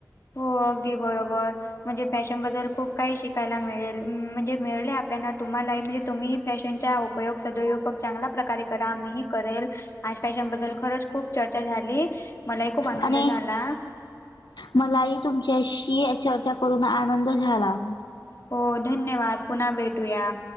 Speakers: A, on the left; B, on the left.
A: हो अगदी बरोबर म्हणजे फॅशन बद्दल खूप काही शिकायला मिळेल. म्हणजे मिळले आपल्याला तुम्हालाही म्हणजे तुम्ही फॅशनचा उपयोग सदोयपग चांगल्या प्रकारे करा मीही करेल. आज फॅशन बद्दल खरच खूप चर्चा झाली, मलाही खूप आनंद
B: आणि
A: झाला.
B: मलाही तुमच्याशी चर्चा करून आनंद झाला.
A: हो धन्यवाद पुन्हा भेटूया.